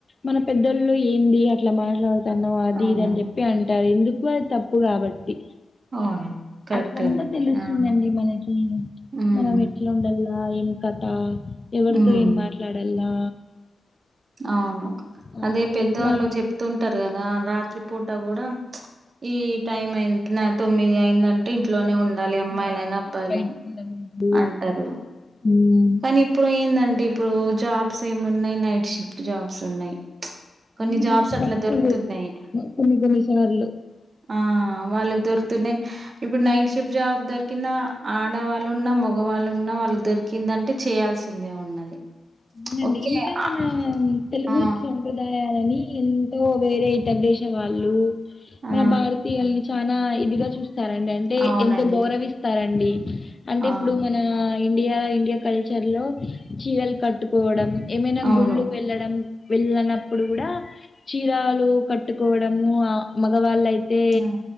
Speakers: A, on the left (about 25°); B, on the right (about 65°).
A: మన పెద్దొళ్లు ఏంది అట్లా మాట్లాడుతానవ్ అది
B: అవును
A: ఇది చెప్ అంటారు ఎందుకు అది తప్పు కాబట్టి
B: అవును కరెక్టే
A: అట్లుంటే
B: అండి
A: తెలుస్తుందండి
B: ఆ
A: మన
B: హ్మ్
A: మనం ఎట్లా ఉండలో ఏం కథ ఎవరితో
B: హ్మ్.
A: ఏం మాట్లాడలా
B: అవును
A: ఆ
B: అదే పెద్దవాళ్ళు
A: ఎట్లా
B: చెప్తూ ఉంటారు కదా రాత్రి పూట కూడా ఈ టైమ్ అయి తొమ్మిది అయింద అంటే ఇంట్లోనే ఉండ ఉండాల
A: ఉండాలా
B: అమ్మాయిలనా అబ్బాలైన
A: బయటికి వెళ్ళకూడదు
B: అంటారు
A: ఉమ్,
B: కానీ ఇప్పుడు ఏందండి ఇప్పుడు జాబ్స్ ఏమి ఉన్నాయి నైట్ షిఫ్ట్ జాబ్స్ ఉన్నాయి్
A: అవునండి
B: కొన్ని జాబ్స్ అట్లా
A: తప్పదు
B: దొరుకుతున్నాయి
A: కొన్ని కొన్ని సార్లు
B: ఆ వాళ్ళకి దొ యి ఇప్పుడు నైట్ షిఫ్ట్ జాబ్ దొరికినా ఆడవాళ్ళు ఉన్నా మగవాళ్ళున్నా వాళ్ళకి దొరికి ఎందంటే చేయాల్సిందే ఉన్నది
A: అవునండి
B: ఓకే.
A: ఇంకా మన
B: ఆ!
A: తెలుగు
B: ఆ!
A: సంంప్రదాయాలని ఎంతో వేరే ఇతర దేశ వాళ్ళు
B: ఆ!
A: మన భారతీయుల్ని చనా ఇదిగా చూస్తారండి అంటే
B: అవునండి.
A: ఎంత గౌరవిస్తారండి అంటే
B: ఆ!
A: ఇప్పుడు మన ఇండియా ఇండియా కల్చర్ లో చీరలు కట్టుకోవడం ఏమైనా
B: అవును.
A: గుళ్ళకి వెళ్ళడం వెళ్ళనప్పుడు కూడా చీరాలు కట్టుకోవడము ఆ మగవాళ్ళయితే అయితే
B: ఆ!